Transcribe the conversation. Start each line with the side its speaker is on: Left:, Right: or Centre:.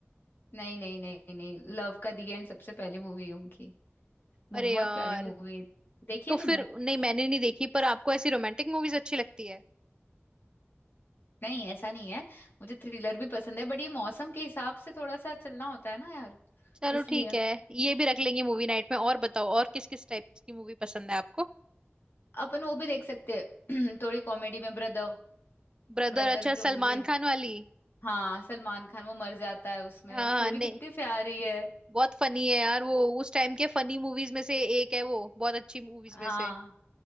Left: नहीं नहीं नहीं नहीं लव का दी एंड सबसे पहली मूवी है उनकी बहुत
Right: अरे यार
Left: प्यारी मूवी है देखी
Right: तो
Left: है तुमने
Right: फिर नहीं मैंने नहीं देखी पर आपको ऐसी रोमांटिक मूवीज अच्छी लगती है
Left: नहीं ऐसा नहीं है मुझे थ्रिलर भी पसंद है बट ये मौसम के हिसाब से थोड़ा सा चलना होता है ना यार
Right: चलो
Left: इसलिए
Right: ठीक है ये भी रख लेंगे मूवी नाइट में और बताओ और किस किस टाइप की मूवी पसंद है आपको
Left: अपन वो भी देख सकते हैं <clears throat> थोड़ी कॉमेडी में ब्रदर
Right: ब्रदर
Left: ब्रदर
Right: अच्छा
Left: जो
Right: सलमान
Left: मूवी है
Right: खान वाली
Left: हाँ सलमान खान वो मर जाता है उसमें
Right: हाँ
Left: वो स्टोरी
Right: नहीं
Left: कितनी प्यारी है
Right: बहुत फनी है यार वो उस टाइम के फनी मूवीज में से एक है वो बहुत अच्छी मूवीज
Left: हाँ
Right: में से